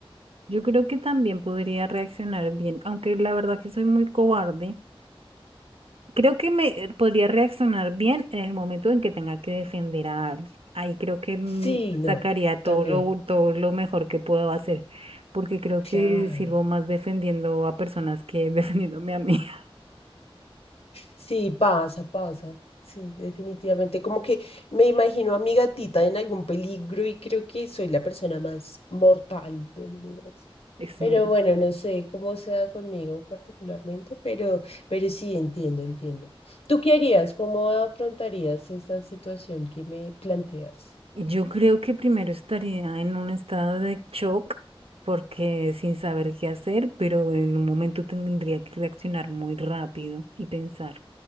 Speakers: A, on the right; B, on the left.
A: Yo creo que también podría reaccionar bien, aunque la verdad que soy muy cobarde. Creo que me eh, podría reaccionar bien en el momento en que tenga que defender a alguien. Ahí creo que mm,
B: Sí, no,
A: sacaría todo
B: también,
A: lo, todo lo mejor que puedo hacer, porque creo
B: claro.
A: que sirvo más defendiendo a personas que <laughs> defendiéndome a mí. <laughs>
B: Sí, pasa, pasa. Sí, definitivamente. Como que me imagino a mi gatita en algún peligro y creo que soy la persona más mortal del universo.
A: Es
B: Pero
A: verdad.
B: bueno, no sé cómo sea conmigo particularmente, pero, pero sí entiendo, entiendo. ¿Tú qué harías? ¿Cómo afrontarías esa situación que me planteas?
A: Yo creo que primero estaría en un estado de shock porque sin saber qué hacer, pero en un momento tendría que reaccionar muy rápido y pensar.